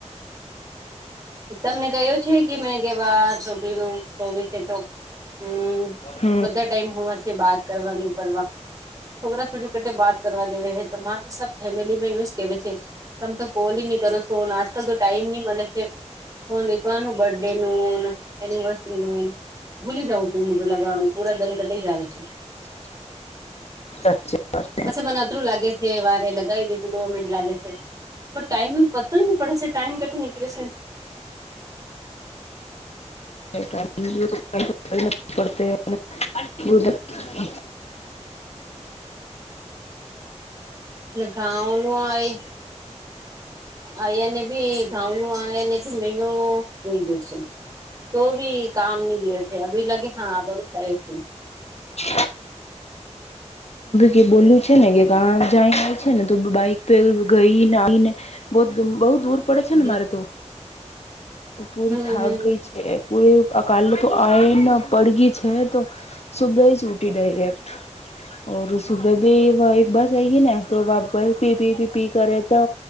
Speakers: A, on the right (about 30°); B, on the left (about 60°).
A: શીતલ ને કહ્યો છે કે મેં કેવા છોકરી નું હોબી છે તો હમ
B: હમ
A: બધા ટાઈમ હોવા છે બાત કરવાનું કરવા છોકરા છોરી પટે બાત કરવા દેવે હે તો મારે સા ફેમિલી મેં એવુ જ કેવે છે તમ તો કોલ બીની કરો સો આજ કલ તો ટાઈમ બીની મળે છે હ દેખવાનું બર્થડે નું એનિવર્સરી નું ભૂલી જઉં છું મોજું લગાણું પુરા દન કટી જ આવે છે
B: <unintelligible>
A: પછી મને અતરું લાગે છે વારે લગાવી દીધું દો મિનિટ લાગે છે તો ટાઈમ પતો ન પડે છે ટાઈમ કથ નીકળે છે
B: <unintelligible>
A: હમ ખાઉ ન હોય આયા ને બી ઘાઉં નું આયાને બી મહિનો જોઈ લે છે તો બી કામ ની ગ છે બી લાગે હા બધું થાય છે
B: હ <unintelligible> છે ને કે ક જાયને છે ને તો બાઈક પે ગઈને આવીને બ દુ બહું દૂર પડે છે
A: હમ
B: ને મારે તો પૂરી
A: હમ
B: થક ગઈ છે પૂરે અ કાલ તો આવેને પડગી છે તો સુબે જ ઉટી ડાયરેક્ટ ઓર સુબે બી વાઇ બસ આ ગ ને તોપ બસ પી પી પી પી કરે તો